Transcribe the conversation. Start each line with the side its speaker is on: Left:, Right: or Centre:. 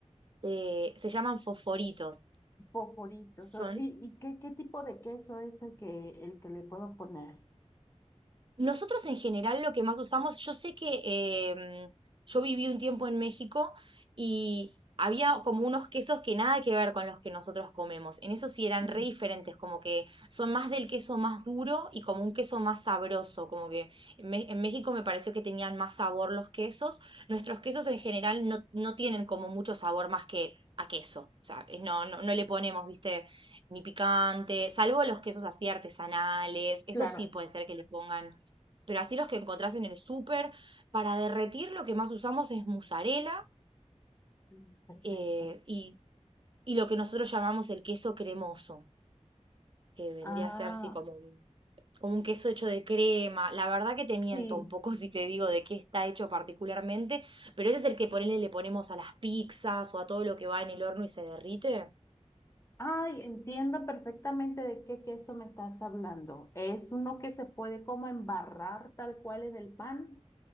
Right: Eh, se llaman fosforitos.
Left: foforitos.
Right: Son
Left: o- ¿Y, y qué, qué tipo de queso es el que, el que le puedo poner?
Right: Nosotros en general lo que más usamos, yo sé que em, yo viví un tiempo en México y había como unos quesos que nada que ver con los que nosotros comemos. En eso sí eran
Left: Ujú.
Right: re diferentes, como que son más del queso más duro y como un queso más sabroso, como que en, Me- en México me pareció que tenían más sabor los quesos. Nuestros quesos en general no, no tienen como mucho sabor más que a queso. O sea, es- no, no, no le ponemos, viste, ni picante, salvo los quesos así artesanales. Eso
Left: Claro.
Right: sí puede ser que le pongan pero así los que encontrás en el súper. Para derretir lo que más usamos es mozzarella
Left: Mm, Perfecto.
Right: eh, y, y lo que nosotros llamamos el queso cremoso, que vendría
Left: Ah,
Right: a ser así como un, como un queso hecho de crema. La verdad que te miento
Left: sí.
Right: un poco <laughs> si te digo de qué está hecho particularmente, pero ese es el que ponele, le ponemos a las pizzas o a todo lo que va en el horno y se derrite.
Left: Ay, entiendo perfectamente de qué queso me estás hablando. Es uno que se puede como embarrar tal cual en el pan.